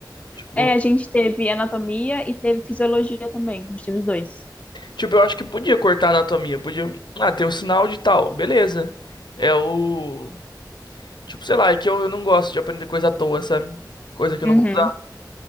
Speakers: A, on the left; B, on the left.
A: Tipo.
B: É, a gente teve anatomia e teve fisiologia também. A gente teve os dois.
A: Tipo, eu acho que podia cortar a anatomia, podia. Ah, tem o sinal de tal, beleza. É o. Tipo, sei lá, é que eu, eu não gosto de aprender coisa à toa, sabe? Coisa que
B: Uhum.
A: eu não vou usar.